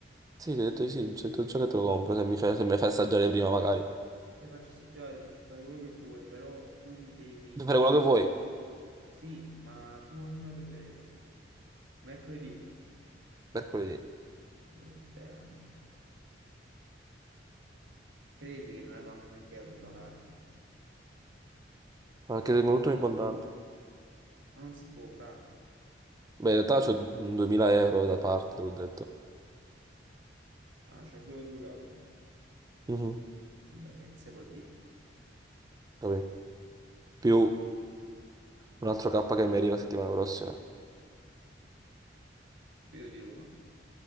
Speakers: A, on the right (about 20°); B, on the right (about 80°).
A: Sì, ti ho detto di sì, se tu già che te lo compro, se mi fai, se me lo fai assaggiare prima magari.
B: Ti faccio assaggiare, ti faccio fare quello che vuoi, però tu mi devi...
A: Puoi fare quello che vuoi.
B: Sì, ma tu quando me la prenderesti? Mercoledì?
A: Mercoledì.
B: Oh, damn. Credi che non è manco 20 euro sulla carta.
A: Anche tengo tutto in contanti.
B: Ma non si può, fra.
A: Beh, in realtà c'ho 2000 euro da parte, te l'ho detto.
B: Ma c'hai solo 2K.
A: Mhm,
B: Vabbè, che non si può dire.
A: capì? Più
B: Non si-
A: un altro K che mi arriva settimana prossima.
B: Più di uno.